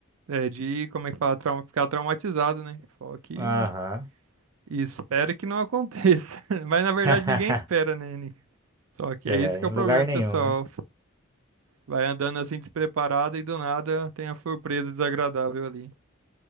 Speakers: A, on the right; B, on the right.
A: é de, como é que fala, trauma, ficar traumatizado, né? Só que
B: Aham.
A: espera que não aconteça. <laughs> Mas na verdade
B: <laughs>
A: ninguém espera, né? Nick? Só que
B: É,
A: é isso que é
B: em
A: o problema,
B: lugar
A: do
B: nenhum,
A: pessoal.
B: né?
A: Vai andando assim despreparada e do nada tem a surpresa desagradável ali.